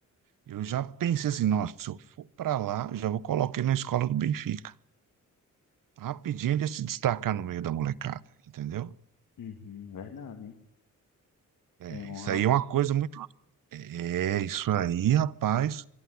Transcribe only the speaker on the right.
Eu já pensei assim, nossa, se eu for para lá, já vou colocar ele na escola do Benfica. Rapidinho de se destacar no meio da molecada, entendeu?
É,
isso aí
é uma coisa muito. É, isso aí, rapaz.